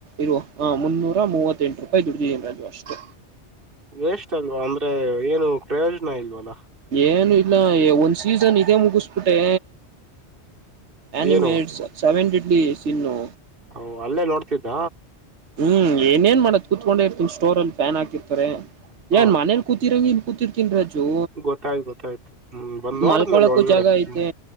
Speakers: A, on the right; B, on the right.
A: ಇರುವ ಹಾ ಮುನ್ನೂರ ಮೂವತ್ತೆಂಟು ರೂಪಾಯಿ ದುಡ್ಡಿದೀನಿ ರಾಜು ಅಷ್ಟೇ.
B: ವೇಷ್ಟ ಅಲ್ವಾ ಅಂದ್ರೆ ಏನು ಪ್ರಯೋಜನ ಇಲ್ವಾಲ್ಲ.
A: ಏನು ಇಲ್ಲ ಒಂದ್ ಸೀಸನ್ ಇದೆ ಮುಗಿಸಬಿಟ್ಟೆ. ಎನಿಮೇಟ್ಸ್
B: ಏನು
A: ಸೆವೆನ್ ಡೇಸ್ ಇನ್ನು
B: ಹೊ ಅಲ್ಲೇ ನೋಡ್ತಿದ್ದ.
A: ಹ್ಮ್ ಏನೇನ್ ಮಾಡತ್ ಕೂತ್ಕೊಂಡೆ ಇರ್ತನಿ ಸ್ಟೋರ್ ಅಲ್ಲಿ ಫ್ಯಾನ್ ಹಾಕಿರ್ತಾರೆ.
B: ಹಾ
A: ಏನ್ ಮನೇಲಿ ಕೂತಿರಂಗೆ ಇಲ್ಲ್ ಕೂರ್ತೀನ್ ರಾಜು
B: ಗೊತ್ತಾಯ್ತು ಗೊತ್ತಾಯ್ತು ಹ್ಮ್ ಬಂದ್ ನೋಡದ್ನಲ್ಲ
A: ಮಲ್ಕೊಳಕ್ಕೂ
B: ಒಳಗಡೆ
A: ಜಾಗ ಆಯ್ತ್..
B: ಹ್ಮ್